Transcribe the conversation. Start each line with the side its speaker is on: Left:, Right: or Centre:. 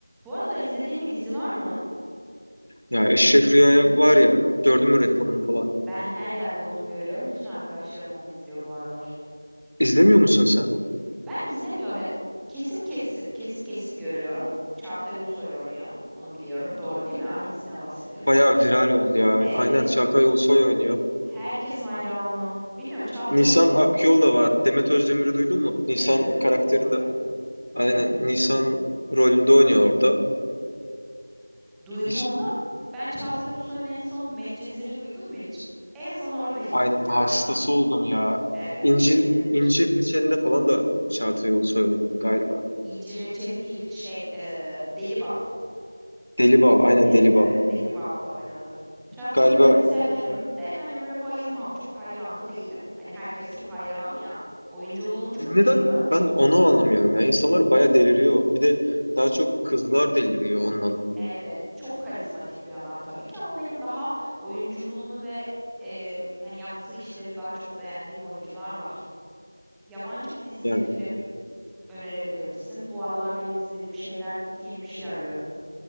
Centre: Bu aralar izlediğin bir dizi var mı?
Left: Ya Eşref Rüya'ya var ya gördün mü reklamını falan.
Centre: Ben her yerde onu görüyorum. Bütün arkadaşlarım onu izliyor bu aralar.
Left: İzlemiyor musun sen?
Centre: Ben izlemiyorum ya. Kesim kesit kesit kesit görüyorum. Çağatay Ulusoy oynuyor. Onu biliyorum. Doğru değil mi? Aynı diziden bahsediyoruz.
Left: Bayağı viral oldu ya.
Centre: Evet.
Left: Aynen Çağatay Ulusoy oynuyor.
Centre: Herkes hayranı. Bilmiyorum Çağatay
Left: Nisan
Centre: Ulusoy'un
Left: Akyol da var. Demet Özdemir'i duydun mu? Nisan
Centre: Demet Özdemir'i
Left: karakterinde.
Centre: de biliyorum.
Left: Aynen
Centre: Evet evet.
Left: Nisan rolünde oynuyor orada.
Centre: Duydum
Left: Hiç
Centre: onu da. Ben Çağatay Ulusoy'un en son Medcezir'i duydun mu hiç? En son orada izledim
Left: aynen
Centre: galiba.
Left: hastası oldum ya.
Centre: Evet,
Left: İncil
Centre: Medcezir.
Left: İncir Reçeli'nde falan da Çağatay Ulusoy oynadı galiba.
Centre: İncir reçeli değil, şey, e, deli bal.
Left: Deli Bal aynen
Centre: Evet
Left: Deli Bal.
Centre: evet Deli Bal'da oynadı. Çağatay
Left: Galiba
Centre: Ulusoy'u severim de hani böyle bayılmam. Çok hayranı değilim. Hani herkes çok hayranı ya. Oyunculuğunu çok
Left: neden
Centre: beğeniyorum.
Left: ben onu anlamıyorum ya. İnsanlar bayağı deliriyor. Bir de daha çok kızlar deliriyor ondan.
Centre: Evet çok karizmatik bir adam tabii ki ama benim daha oyunculuğunu ve e, yani yaptığı işleri daha çok beğendiğim oyuncular var. Yabancı bir dizi
Left: Yani
Centre: film önerebilir misin? Bu aralar benim izlediğim şeyler bitti. Yeni bir şey arıyorum.